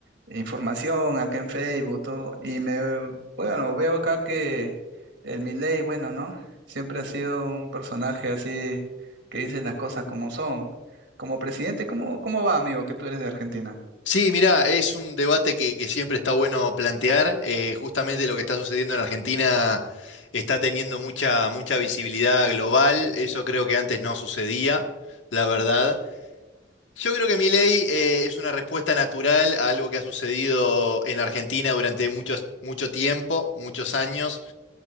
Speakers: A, on the right; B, on the left.
A: información acá en Facebook todo, y me, bueno, veo acá que el Milei, bueno, ¿no? Siempre ha sido un personaje así que dice las cosas como son. Como presidente, ¿cómo, cómo va, amigo, que tú eres de Argentina?
B: Sí, mirá, es un debate que, que siempre está bueno plantear. eh, justamente lo que está sucediendo en Argentina está teniendo mucha, mucha visibilidad global. Eso creo que antes no sucedía, la verdad. Yo creo que mi ley eh, es una respuesta natural a algo que ha sucedido en Argentina durante muchos, mucho tiempo, muchos años.